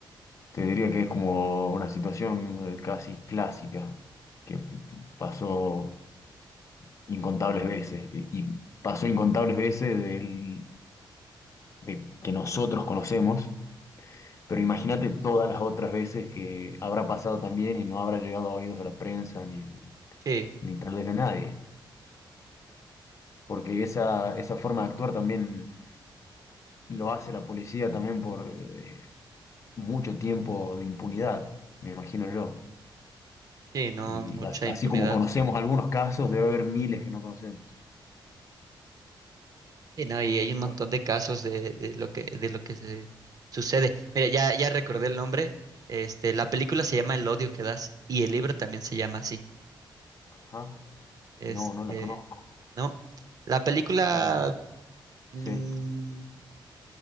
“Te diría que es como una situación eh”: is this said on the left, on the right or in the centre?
Left